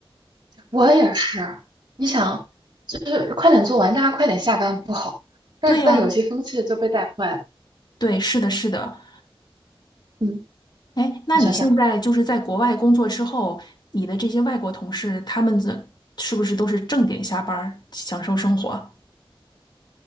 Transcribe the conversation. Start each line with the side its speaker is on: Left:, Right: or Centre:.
Right: 我也是，你想，就是快点做完，大家快点下班不好，但但有些风气就被带坏了。
Left: 对呀，对，是的，是的。
Right: 嗯，
Left: 哎，那你现在就是在国外工作之后，
Right: 你想想啊。
Left: 你的这些外国同事，他们的是不是都是正点下班儿，享受生活？